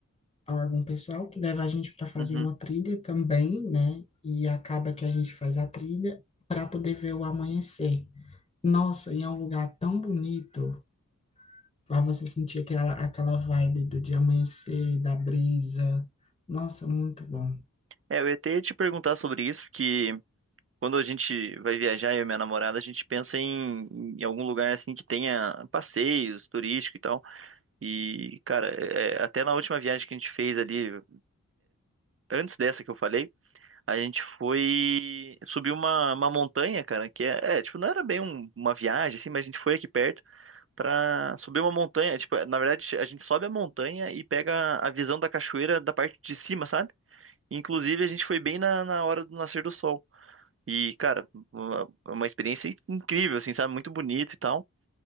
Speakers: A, on the left; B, on the right.
A: algum pessoal que leva a gente para fazer
B: uhum.
A: uma trilha também, né? E acaba que a gente faz a trilha para poder ver o amanhecer. Nossa, e é um lugar tão bonito, para você sentir aquela, aquela vibe do de amanhecer, da brisa. Nossa, muito bom.
B: É, eu ia até te perguntar sobre isso, porque quando a gente vai viajar, eu e minha namorada, a gente pensa em, em algum lugar assim que tenha passeios turístico e tal. E, cara, é- até na última viagem que a gente fez ali, antes dessa que eu falei, a gente foi subir uma, uma montanha, cara, que é, é, tipo, não era bem um- uma viagem, assim, mas a gente foi aqui perto pra subir uma montanha. É, Tipo, é, na verdade, a gente sobe a montanha e pega a visão da cachoeira da parte de cima, sabe? Inclusive, a gente foi bem na, na hora do nascer do sol. E, cara, uma, uma experiência incrível, assim, sabe? Muito bonita e tal.